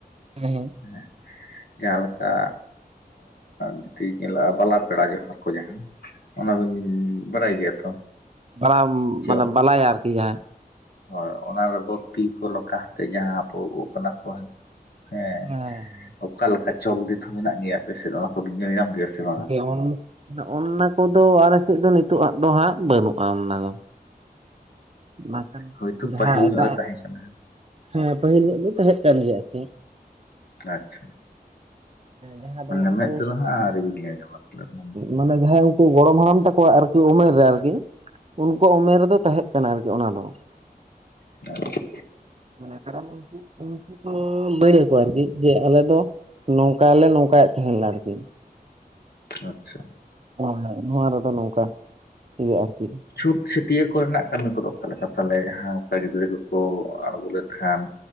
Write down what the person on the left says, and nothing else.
<inaudible> ᱡᱟᱦᱟᱞᱮᱠᱟ ᱡᱩᱫᱤ ᱧᱮᱞᱚᱜᱼᱟ ᱵᱟᱞᱟ ᱯᱮᱲᱟ ᱡᱚᱦᱟᱨ ᱠᱚ ᱡᱟᱦᱟᱸ ᱚᱱᱟᱵᱤᱱ ᱵᱚᱨᱟᱭ ᱜᱮᱭᱟ ᱛᱚ
ᱪᱮ
ᱦᱳᱭ ᱚᱱᱟ ᱨᱮᱫᱚ ᱛᱤ ᱠᱚ ᱞᱚᱠᱟ ᱠᱟᱛᱮ ᱡᱟᱦᱟᱸ ᱟᱵᱚ ᱚᱠᱟ ᱠᱷᱚᱱ ᱜᱮ
ᱚᱠᱟ ᱞᱮᱠᱟ ᱪᱚᱞᱫᱤᱛ ᱦᱚᱸ ᱢᱮᱱᱟᱜ ᱜᱮᱭᱟ ᱟᱯᱮ ᱥᱮᱫ ᱫᱚ <unintelligible> ᱧᱮᱞ ᱧᱟᱢ ᱜᱮᱭᱟ ᱥᱮ ᱵᱟᱝᱟ
ᱦᱳᱭᱛᱳ
ᱯᱟᱹᱦᱤᱞ
ᱧᱚᱜ ᱨᱮ ᱛᱟᱦᱮᱸ ᱠᱟᱱᱟ
ᱟᱪᱷᱟ
ᱢᱟᱱᱮ
ᱢᱮᱫ ᱛᱮ ᱫᱚ ᱦᱟᱸᱜ ᱟᱶᱨᱤᱢ ᱧᱮᱞᱧᱟᱸᱢᱟ ᱡᱮᱢᱚᱱ
<inaudible>
ᱟᱪᱷᱟ
ᱪᱷᱩᱸᱛ ᱪᱷᱟᱹᱴᱭᱟᱹᱨ ᱠᱚᱨᱮᱱᱟᱜ ᱠᱟᱹᱢᱤ ᱠᱚᱫᱚ ᱚᱠᱟ ᱞᱮᱠᱟ ᱛᱟᱞᱮ ᱡᱟᱦᱟᱸ ᱚᱱᱠᱟ ᱜᱤᱫᱽᱨᱟᱹ ᱠᱚᱠᱚ ᱟᱬᱜᱚ ᱞᱮᱱᱠᱷᱟᱱ